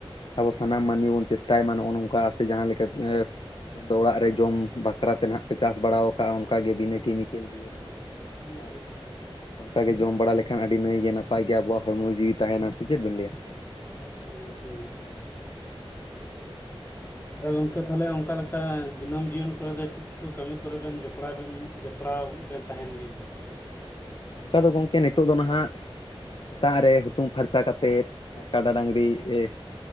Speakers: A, on the left; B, on the left.
A: ᱟᱵᱚ ᱥᱟᱱᱟᱢ ᱢᱟᱹᱱᱢᱤ ᱵᱚᱱ ᱪᱮᱥᱴᱟᱭ ᱢᱟ ᱱᱚᱜᱚ ᱱᱚᱝᱠᱟ ᱟᱯᱮ ᱡᱟᱦᱟᱸ ᱞᱮᱠᱟ <unintelligible> ᱢᱮᱱᱫᱚ ᱚᱲᱟᱜ ᱨᱮ ᱡᱚᱢ ᱵᱟᱠᱷᱨᱟᱛᱮ ᱱᱟᱦᱟᱜ ᱯᱮ ᱪᱟᱥ ᱵᱟᱲᱟᱣᱟ ᱟᱠᱟᱜ ᱚᱱᱠᱟ ᱜᱮ ᱵᱤᱱᱟᱹ ᱠᱮᱢᱤᱠᱮᱞ ᱫᱤᱭᱮ ᱱᱟᱦᱟᱜ
B: ᱦᱩᱸ
A: ᱦᱮᱸ
B: ᱦᱩᱸ ᱦᱩᱸ ᱦᱩᱸ
A: ᱚᱱᱠᱟᱜᱮ ᱡᱚᱢ ᱵᱟᱲᱟ ᱞᱮᱠᱷᱟᱱ ᱟᱹᱰᱤ ᱱᱟᱹᱭᱜᱮ ᱱᱟᱯᱟᱭ ᱜᱮ ᱟᱵᱚᱣᱟᱜ ᱦᱚᱲᱢᱚ ᱡᱤᱣᱤ ᱛᱟᱦᱮᱱᱟ ᱥᱮ ᱪᱮᱫ ᱵᱮᱱ ᱞᱟᱹᱭᱟ
B: ᱦᱳᱭ ᱦᱳᱭ ᱦᱳᱭ <unintelligible> ᱟᱫᱚ ᱜᱚᱝᱠᱮ ᱛᱟᱦᱚᱞᱮ ᱚᱱᱠᱟ ᱞᱮᱠᱟ ᱫᱤᱱᱟᱹᱢ ᱡᱤᱭᱚᱱ ᱠᱚᱨᱮ ᱫᱚ ᱪᱮᱫ ᱠᱚ ᱠᱟᱹᱢᱤ ᱠᱚᱨᱮ ᱵᱮᱱ ᱡᱚᱯᱲᱟᱣ ᱵᱮᱱ ᱡᱚᱯᱲᱟᱣ ᱯᱚᱲᱟᱣ ᱵᱮᱱ ᱛᱟᱦᱮᱱ ᱜᱮ
A: ᱚᱱᱠᱟ ᱫᱚ ᱜᱚᱢᱠᱮ ᱱᱤᱛᱚᱜ ᱫᱚ ᱱᱟᱦᱟᱜ ᱥᱮᱛᱟᱜ ᱨᱮ ᱦᱩᱛᱩᱢ ᱯᱷᱟᱨᱪᱟ ᱠᱟᱛᱮᱫ ᱠᱟᱰᱟ ᱰᱟᱹᱝᱨᱤ ᱮᱦ